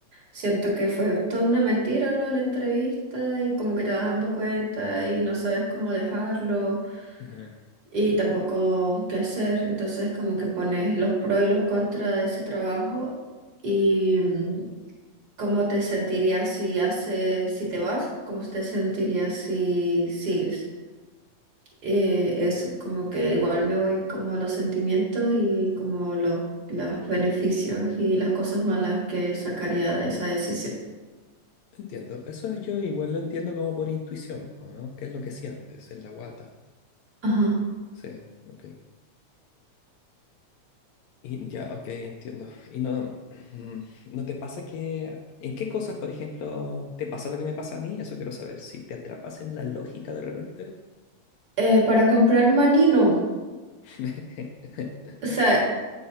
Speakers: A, on the right (about 40°); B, on the left (about 75°).
A: Siento que fue toda una mentira lo de la entrevista y como que te vas dando cuenta y no sabes cómo dejarlo
B: Ujú.
A: y tampoco qué hacer. Entonces como que pones los pros y los contras de ese trabajo y mm, cómo te sentirías si haces, si te vas, cómo te sentirías si sigues. Eh, eso, como que igual me voy como a los sentimientos y como los, los beneficios y las cosas malas que sacaría de esa decisión.
B: Entiendo. Eso yo igual lo entiendo como por intuición, po, ¿no? ¿Qué es lo que sientes en la guata?
A: Ajá.
B: Sí, ok. Y ya, ok, entiendo. Y no, mm, ¿no te pasa que... ¿En qué cosas, por ejemplo, te pasa lo que me pasa a mí? Eso quiero saber. Si te atrapas en la lógica de repente.
A: Eh, para comprar manino,
B: <laughs>
A: o sea,